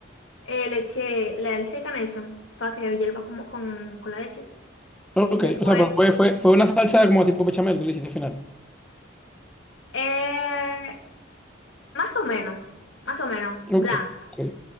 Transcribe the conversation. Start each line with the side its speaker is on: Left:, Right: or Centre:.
Left: eh, le eché, le, le eché Carnation para que hierva como con, con la leche.
Centre: Ok.
Left: Y después...
Centre: O sea, pero fue, fue, fue una salsa como tipo bechamel que le hiciste al final.
Left: Eh, Más o menos, más o menos, blanca.
Centre: Ok. Ok.